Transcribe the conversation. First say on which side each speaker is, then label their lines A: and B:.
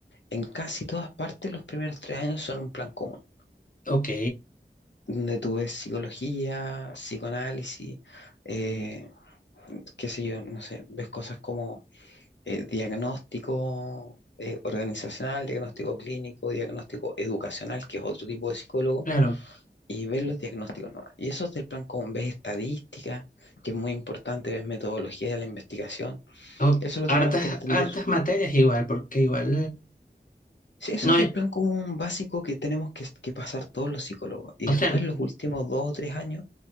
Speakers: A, on the left; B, on the left.
A: en casi todas partes los primeros tres años son un plan común,
B: Ok,
A: donde tú ves psicología, psicoanálisis, eh, qué sé yo, no sé, ves cosas como eh, diagnóstico eh, organizacional, diagnóstico clínico, diagnóstico educacional, que es otro tipo de psicólogo,
B: claro.
A: y ves los diagnósticos nuevos. Y eso es del plan común, ves estadística, que es muy importante, ves metodología de la investigación.
B: O-
A: Eso lo tenemos
B: hartas,
A: que entender
B: hartas materias igual, porque igual
A: Sí, eso
B: no
A: es el
B: es,
A: plan común básico que tenemos que, que pasar todos los psicólogos. Y
B: o
A: después
B: sea,
A: los últimos dos o tres años